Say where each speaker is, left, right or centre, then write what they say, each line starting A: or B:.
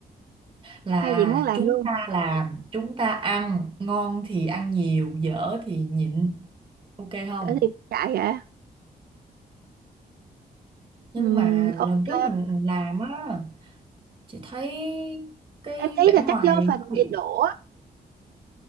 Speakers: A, on the right (about 35°); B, on the right (about 75°).
A: Là
B: hay chị muốn làm
A: chúng
B: luôn
A: ta làm, chúng ta ăn, ngon thì ăn nhiều, dở thì nhịn, ok không?
B: Ở thì chạy hả?
A: Nhưng
B: Ừm,
A: mà
B: ok.
A: lần trước mình làm á, chị thấy cái
B: Em thấy
A: vẻ
B: là
A: ngoài
B: chắc do phần
A: nó bị
B: nhiệt độ á.